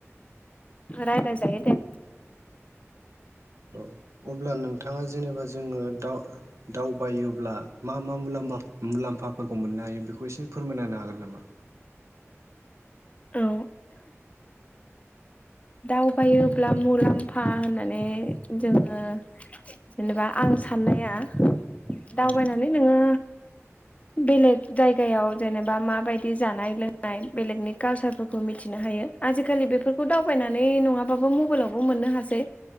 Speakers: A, on the left (about 25°); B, on the right (about 70°).
A: रायलाय जायो दे।
B: औ अब्ला नोंथाङा जेनेबा जोङो दाव-दावबायोब्ला मा मा मुलाम्बा-मुलाम्फाफोरखौ मोननो हायो बेखौ एसे फोरमायना होनो हागोन नामा?
A: औ। दावबायोब्ला मुलाम्फा होननानै जोङो जेनेबा आं साननाया दावबायनानै
B: औ
A: नोङो बेलेग जायगायाव जेनेबा माबायदि जानाय लोंनाय बेलेगनि कालचारफोरखौ मिथिनो हायो। आजिखालि बेफोरखौ दाव बायनानै नङाबाबो मबाइलावबो मोननो हासै।